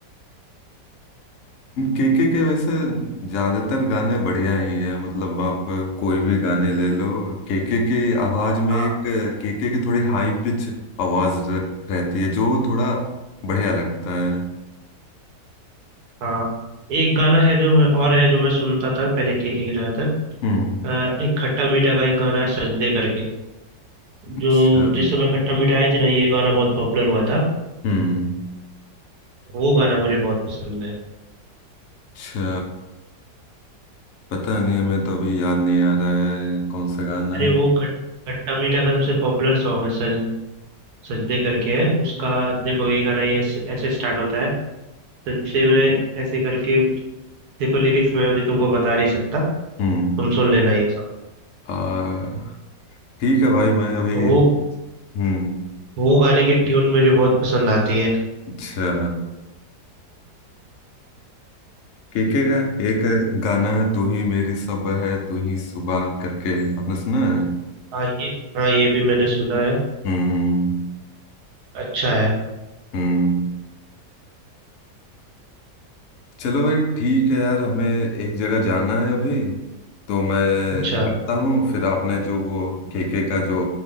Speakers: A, on the left; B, on the right.
A: केके के वैसे ज्यादातर गाने बढ़िया ही है मतलब आप कोई भी गाने ले लो केके की आवाज में
B: हाँ
A: एक केके की थोड़ी हाई पिच आवाज र- रहती है जो थोड़ा बढ़िया लगता है
B: हाँ एक गाना है जो मैं और है जो मैं सुनता था पहले के के ज़्यादातर
A: हम्म
B: अ, एक खट्टा मीठा का एक गाना है सजदे करके
A: अच्छा
B: जो जिस समय खट्टा मीठा आए थे ना ये गाना बहुत पॉपुलर हुआ था
A: हम्म
B: वो गाना मुझे बहुत पसंद है
A: अच्छा पता नहीं हमें तो अभी याद नहीं आ रहा है कौन सा गाना
B: अरे
A: है
B: वो खट खट्टा मीठा का सबसे पॉपुलर सॉन्ग है सज सजदे करके है उसका देखो ये गाना ये ऐसे ऐसे स्टार्ट होता है सजदे में ऐसे करके देखो लिरिक्स मैं अभी तुमको बता नहीं सकता
A: हम्म
B: तुम सुन लेना ये सॉन्ग
A: आ ठीक है भाई मैं अभी
B: वो
A: हम्म
B: वो गाने की ट्यून मुझे बहुत पसंद आती है
A: अच्छा केके का एक गाना है तू ही मेरी सब है तू ही सुबह करके आपने सुना है
B: हाँ ये हाँ ये भी मैंने सुना है
A: हम्म हम्म
B: अच्छा है
A: हम्म। चलो भाई ठीक है यार हमें एक जगह जाना है अभी तो मैं
B: अच्छा
A: निकलता हूँ फिर आपने जो वो केके का जो